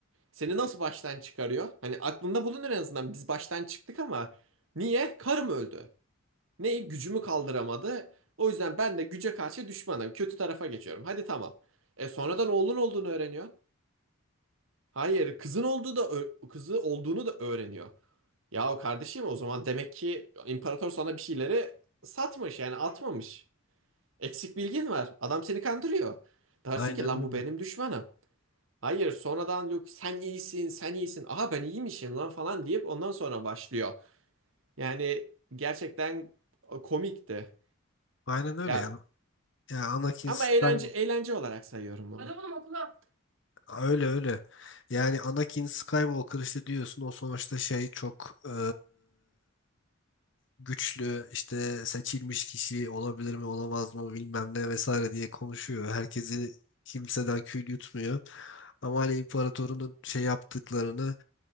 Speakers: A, on the right (about 70°); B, on the left (about 60°).
A: seni nasıl baştan çıkarıyor? Hani aklında bulunur en azından biz baştan çıktık ama niye? Karım öldü. Neyi? Gücümü kaldıramadı. O yüzden ben de güce karşı düşmanım. Kötü tarafa geçiyorum. Hadi tamam. E sonradan oğlun olduğunu öğreniyor. Hayır, kızın olduğu da ö- kızı olduğunu da öğreniyor. Yahu kardeşim o zaman demek ki imparator sana bir şeyleri satmış yani atmamış. Eksik bilgin var. Adam seni kandırıyor. Dersin
B: Aynen
A: ki lan
B: öyle.
A: bu benim düşmanım. Hayır sonradan yok sen iyisin sen iyisin. Aha ben iyiymişim lan falan deyip ondan sonra başlıyor. Yani gerçekten komikti.
B: Aynen öyle
A: Ya
B: ya. Ya Anakin
A: ama
B: Skywalker
A: eğlence eğlence olarak sayıyorum bunu. Adamın okula
B: öyle öyle. Yani Anakin Skywalker işte diyorsun o sonuçta şey çok eee, güçlü işte seçilmiş kişi olabilir mi olamaz mı bilmem ne vesaire diye konuşuyor. Herkesi kimseden kül yutmuyor. Ama hani imparatorunun şey yaptıklarını